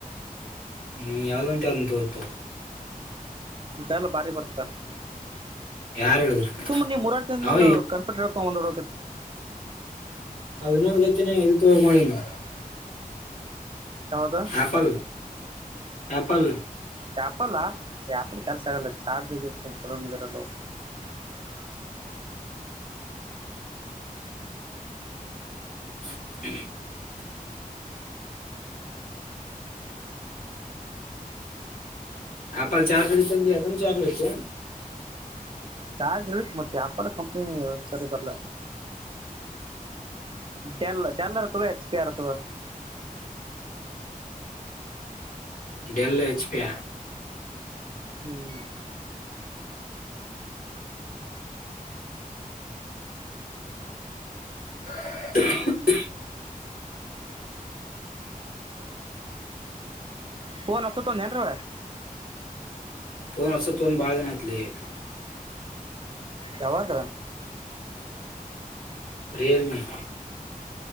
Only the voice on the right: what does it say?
ಡೆಲ್ ಬಾರಿ ಬರುತ್ತ
ಸುಮ್ ನೀ ಮೂರಗ್ ಜನದ
ಒಂದು ಕಂಪ್ಯೂಟರ್ ತೊಗೊಂಡಬರಬೇಕಿಲ್ಲ ಹತ್ತು <unintelligible>
ಯಾವ್ದು
ಆಪಲ್ಲಾ ಆಪಲ್ ಕೆಲ್ಸ ಆಗಲ್ಲ ಚಾರ್ಜ್ನ ಚುಚ್ಚಬೇಕು <unintelligible>
ಚಾರ್ಜ್ ಹೇಳತ್ತು ಮತ್ತೆ ಆಲ್ಲ ಕಂಪನಿ ಸರಿ ಬರ್ಲ ಡೆಲ್ ಡೆಲ್ಲರ್ ತಗ ಹೆಚ್ ಪಿ ಯಾರ ತಗೋ
ಹ್ಮ್
ಫೋನ್ ಹೊಸ ತೊಂದ ಏನಾದ್ರೂ
ಯಾವಾಗ